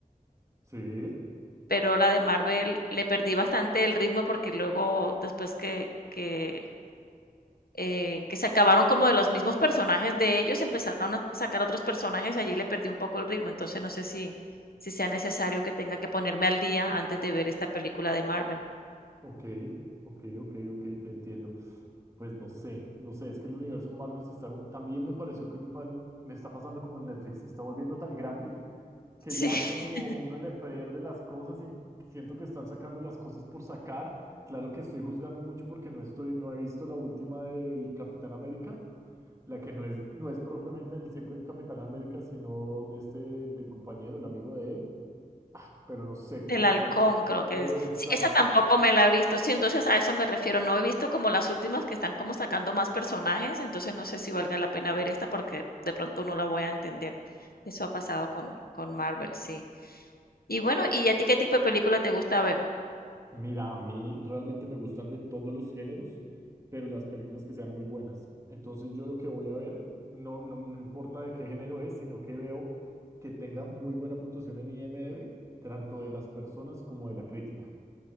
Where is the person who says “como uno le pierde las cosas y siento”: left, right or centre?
Right